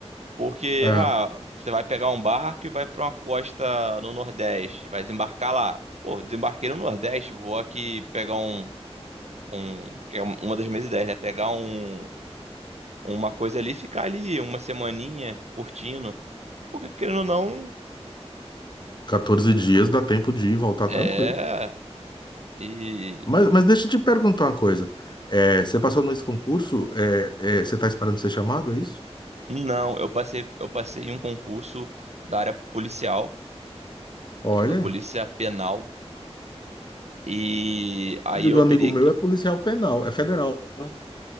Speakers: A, on the right; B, on the left.
A: Porque
B: é,
A: ah, você vai pegar um barco e vai pra uma costa no Nordeste, vai desembarcar lá. Pô, desembarquei no Nordeste, vou aqui pegar um, um que é uma das minhas ideias, né? Pegar um uma coisa ali, e ficar ali uma semaninha curtindo. Porque, querendo ou não,
B: 14 dias dá tempo de ir e voltar
A: é.
B: tranquilo.
A: E
B: Mas, mas deixa eu te perguntar uma coisa. Eh, você passou nesse concurso, eh, eh, você está esperando ser chamado, é isso?
A: não, eu passei, eu passei em um concurso da área policial,
B: Olha,
A: a polícia penal, e aí
B: filho
A: eu
B: do
A: teria
B: amigo meu
A: que
B: é policial penal, é federal, né?